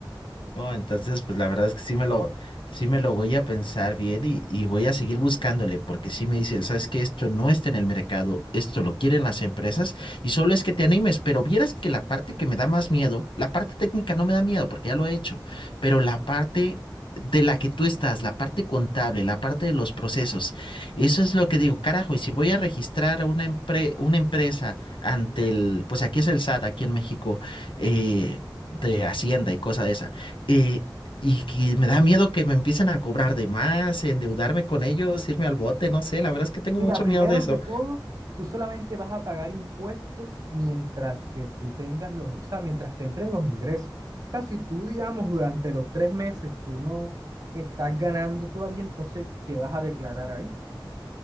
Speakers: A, on the left (about 80°); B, on the right (about 50°).
A: No, entonces, pues la verdad es que sí me lo, sí me lo voy a pensar bien y, y voy a seguir buscándole, porque sí me dicen, sabes que esto no está en el mercado, esto lo quieren las empresas, y solo es que te animes, pero vieras que la parte que me da más miedo, la parte técnica no me da miedo, porque ya lo he hecho, pero la parte de la que tú estás, la parte contable, la parte de los procesos, eso es lo que digo, carajo, y si voy a registrar una empre- una empresa ante el, pues aquí es el SAT, aquí en México, eh, de Hacienda y cosa de esa eh, y que me da miedo que me empiecen a cobrar de más, endeudarme con ellos, irme al bote, no sé, la verdad es que tengo
B: Mira,
A: mucho
B: primero
A: miedo de eso.
B: que todo, tú solamente vas a pagar impuestos mientras que tú tengas los, o sea, mientras te entren los ingresos. O sea, si tú, digamos, durante los tres meses tú no estás ganando todavía, entonces, ¿qué vas a declarar ahí?